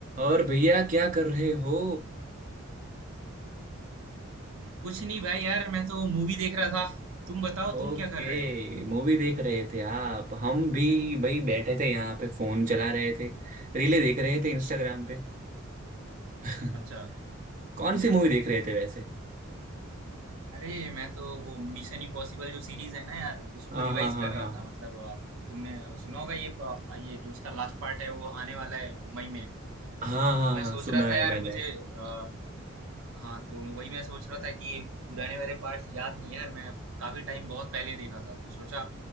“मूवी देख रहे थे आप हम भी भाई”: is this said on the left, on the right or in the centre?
Right